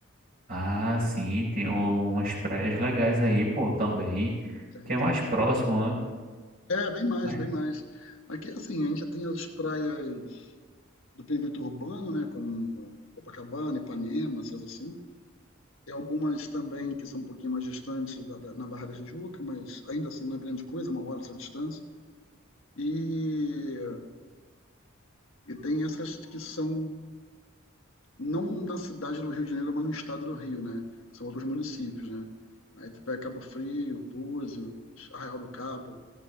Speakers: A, on the right; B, on the left.
A: Ah, sim, tem u- umas praias legais aí, pô, também.
B: Tem,
A: Que é
B: tem,
A: mais próximo, né?
B: é, bem mais,
A: Mas,
B: bem mais. Aqui, assim, a gente tem as praias do perímetro urbano, né? como Copacabana, Ipanema, essas assim. Tem algumas também que são um pouquinho mais distantes da, da- na Barra da Tijuca, mas ainda assim não é grande coisa, uma hora essa distância. E, e tem essas que são não na cidade do Rio de Janeiro, mas no estado do Rio, né? São outros municípios, né? Aí tu pega Cabo Frio, Búzios, Arraial do Cabo.